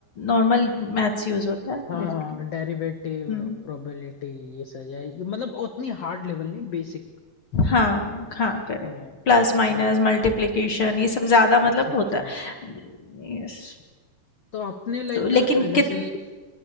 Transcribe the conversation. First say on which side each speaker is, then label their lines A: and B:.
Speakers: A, on the left; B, on the left.
A: नॉर्मल मैथ्स यूज़ होता है
B: हाँ
A: बेसिकली
B: हाँ डेरिवेटिव
A: हम्म
B: प्रोबेबिलिटी ये सही है ये मतलब उतनी हार्ड लेवल नहीं बेसिक
A: हाँ हाँ करेक्ट
B: हाँ
A: प्लस माइनस
B: तो
A: मल्टीप्लिकेशन ये सब ज़्यादा मतलब
B: अच्छा अच्छा
A: होता है यस
B: तो आपने लाइक
A: तो लेकिन
B: जैसे
A: कित